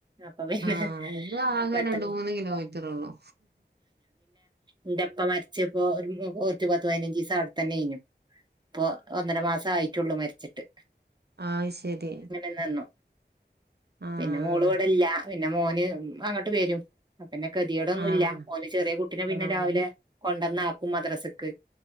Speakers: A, on the right; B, on the right.
A: അപ്പൊ പിന്നെ
B: ആ ഇത് ആക
A: പെട്ടെന്ന്
B: രണ്ട് മൂന്ന കിലോ ത്ത റൊളളു
A: എന്റെപ്പ മരിച്ച് പ്പൊ ഒരു പത്ത് പതിനഞ്ചിസം അവട തന്നെ യ്നു ഇപ്പൊ ഒന്നര മാസായിട്ടുള്ളൂ മരിച്ചിട്ട്
B: ആ അ ശരി
A: നെന്ന്
B: ആഹ്
A: പിന്നെ മോള് ഇവിടെല്ല പിന്നെ മോന് അങ്ങട്ട്െവരും പിന്നെ കെ ദ്യേ ടൊന്നുല്ല
B: ആഹ്
A: ഓന് ചെറിയ കുട്ടിനെ പിന്നെ
B: ആഹ്
A: രാവിലെ കൊണ്ടന്നാക്കും മദ്റസ്ക്ക്